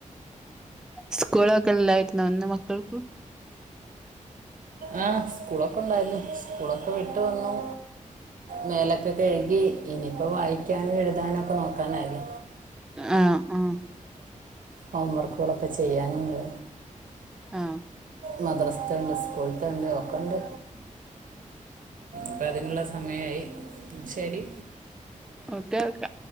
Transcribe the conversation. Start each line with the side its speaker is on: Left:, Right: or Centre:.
Centre: സ്കൂൾ ഒക്കെ ഇല്ലാരുന്നോ ഇന്ന് മക്കൾക്കു?
Right: ആഹ് സ്കൂളൊക്കെ ഉണ്ടായിരുന്നു, സ്കൂളൊക്കെ വിട്ട് വന്നു. മേലൊക്കെ കഴുകി ഇനിയിപ്പോ വായിക്കാനും എഴുതാനും ഒക്കെ നോക്കാനായി.
Centre: ആഹ് ആഹ്
Right: ഹോം വർക്കുകളൊക്കെ ചെയ്യാനുണ്ട്.
Centre: ആഹ്.
Right: മദ്രസ്ത്തണ്ട് സ്കൂൾത്തണ്ട് ഒക്കണ്ട്. പ്പതിനുള്ള സമയായി ശരി.
Centre: ഒക്കെ ഒക്കെ.